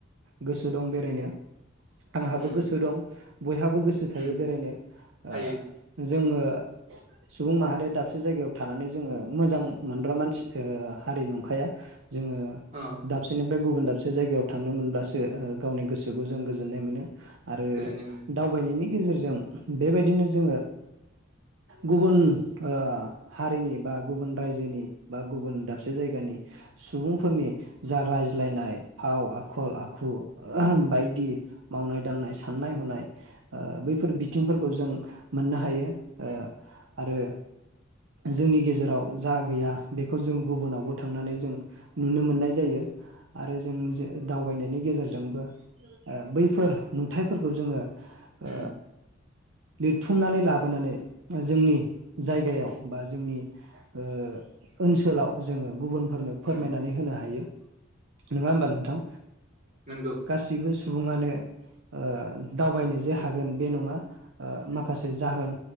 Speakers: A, on the right; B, on the right.
A: गोसो दं बेरायनो। आंहाबो
B: उम
A: गोसो दं बयहाबो गोसो थायो
B: उम
A: बेरायनो ओ
B: हायो
A: जो जोङो सुबुं माहारिया दाबसे जायगायाव थानानै जोङो मोजां मोनग्रा मानसि ओ हारि नंखाया। जोङो
B: अ
A: दाबसेनो फ्राय गुबुन दाबसे जायगायाव थांनो मोनब्लासो गावनि गोसोखौ जों गोजोननाय मोनो। आरो
B: गोजोननाय मोनो
A: दावबायनायनि गेजेरजों बेबायदिनो जोङो गुबुन ओ हारिनि बा गुबुन रायजोनि, बा गुबुन दाबसे जायगानि सुबुंफोरनि जा रायज्लायनाय, फाव आखल आखु बायदि मावनाय दांनाय साननाय हनाय ओ बैफोर बिथिंफोरखौ जों मोननो हायो। ओ।
B: उम
A: आरो जोंनि गेजेराव जा गैया, बेखौ जों गुबुनावबो थांनानै जों नुनो मोननाय जायो। आरो जों दावबायनायनि गेजेरजोंबो ओ बैफोर नुथाइफोरखौ जोङो
B: उम
A: ओ। लिरथुमनानै लाबोनानै जोंनि जायगायाव बा जोंनि ओ ओनसोलाव जोङो गुबुन फोरनो
B: उम
A: फोरमायनानै होनो हायो। नोङा होमबा
B: उम
A: नोंथां
B: नंगौ
A: गासिबो सु सुबुङानो ओ दावबायनो जे हागोन बे नङा। ओ
B: उम
A: माखासे जाहोन।